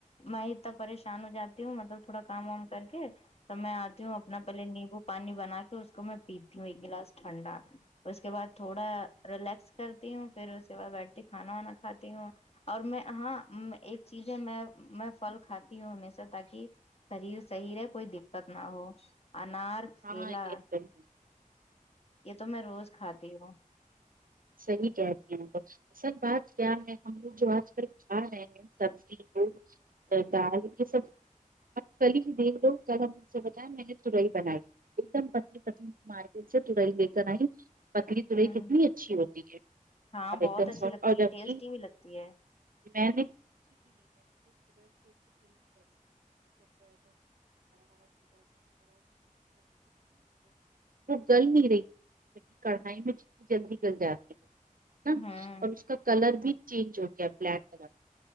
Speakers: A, on the left; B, on the right.
A: میں اتنا پریشان ہو جاتی ہوں مطلب تھوڑا کام وام کر کے توب میں آتی ہوں اپنا پہلے نیمبو پانی بنا کے اس کو میں پیتی ہوں ایک گلاس ٹھنڈا اس کے بعد تھوڑا ریلیکس کرتی ہوں پھر اس کے بعد بیٹھتی کھانا وانا کھاتی ہوں اور میں ہاں ایک چیز ہے میں میں پھل کھاتی ہوں ہمیشہ تاکہ شریر صحیح رہے کوئی دقت نہ ہو انار
B: ہاں
A: کیلا
B: یہ تو ہے
A: یہ تو میں روز کھاتی ہوں
B: صحیح کہہ رہی ہیں اصل بات کیا ہے ہم لوگ جو آج کل کھا رہے ہیں سبزی کو دال یہ سب کلی ہی دیکھ لو <unintelligible> مجھ سے بتائے میں نے تڑئی بنائی ایک دم پتلی پتلی مارکیٹ سے ترائی لے کر آئی پتلی ترائی
A: ہوں
B: کتنی ہے اچھی ہوتی ہے
A: ہاں
B: اور
A: بہت
B: ایک دم
A: اچھی
B: سو اور
A: لگتی
B: جب
A: ہے ٹیسٹی
B: کی
A: بھی لگتی ہے
B: میں <unintelligible> وہ گل نہیں رہی <unintelligible> کڑھائی میں جتنی جلدی مل جاتی ہے
A: ہوں
B: اور اس کا کلر بھی چینج ہو گیا بلیک کلر